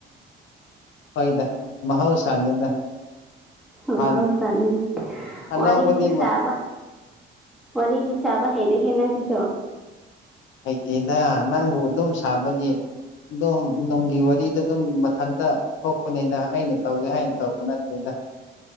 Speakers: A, on the left; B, in the centre.
A: ꯍꯣꯏꯗ ꯃꯍꯧꯁꯥꯅꯤꯗ
B: ꯃꯍꯥꯎꯁꯅꯤ
A: ꯍꯥꯟ ꯑꯅꯧꯕꯗꯤ
B: ꯋꯥꯔꯤꯗꯤ ꯁꯥꯕ ꯋꯥꯔꯤꯗꯤ ꯁꯥꯕ ꯍꯩꯔꯦꯍꯦ ꯅꯪꯁꯤꯁꯨ
A: ꯍꯩꯇꯦꯗ ꯅꯪꯕꯨ ꯑꯗꯨꯝ ꯁꯥꯕꯒꯤ ꯑꯗꯨꯝ ꯅꯨꯡꯒꯤ ꯋꯥꯔꯤꯗ ꯑꯗꯨꯝ ꯃꯊꯟꯇ ꯊꯣꯛꯄꯅꯤꯗ ꯑꯩꯅ ꯇꯧꯒꯦ ꯍꯥꯏꯅ ꯇꯧꯕ ꯅꯠꯇꯦꯗ